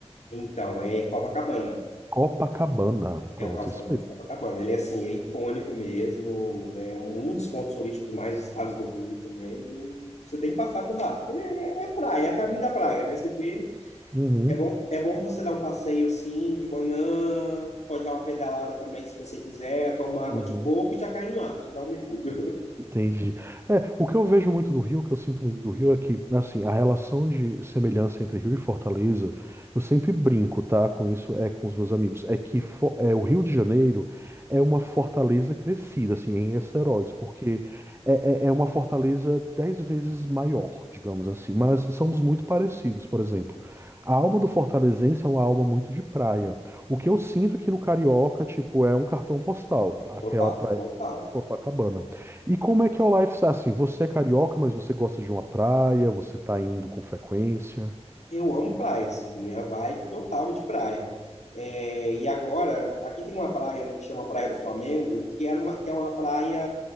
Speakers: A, on the left; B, on the right.
A: Então, é Copacabana.
B: Copacabana.
A: É
B: Pronto,
A: o calçadão
B: isso mesmo.
A: de Copacabana. Ele, assim, é icônico mesmo. É um dos pontos turísticos mais visitados do Rio também. Você tem que passar por lá, porque é, é praia, é caminho da praia, né? Você vê,
B: Uhum,
A: é bom, é bom pra você dar um passeio assim de manhã, pode dar uma pedalada também se você quiser, tomar água
B: uhum.
A: de coco e já cai no mar, já dá um mergulho.
B: Entendi. É, o que eu vejo muito do Rio, o que eu sinto muito do Rio é que, assim, a relação de semelhança entre Rio e Fortaleza, eu sempre brinco, tá, com isso, é com os meus amigos, é que Fo- é, o Rio de Janeiro é uma fortaleza crescida, assim, em esteroides, porque é, é é uma fortaleza dez vezes maior, digamos assim, mas somos muito parecidos, por exemplo. A alma do fortalezense é uma alma muito de praia. O que eu sinto é que no Carioca, tipo, é um cartão postal. Aquela
A: <laughs> Total,
B: praia
A: total.
B: Copacabana. E como é que é o lifestyle? Assim, você é carioca, mas você gosta de uma praia, você tá indo com frequência.
A: Eu amo praia, assim, minha vibe total é de praia. É, e agora, aqui tem uma praia que chama Praia do Flamengo, que era uma, que é uma praia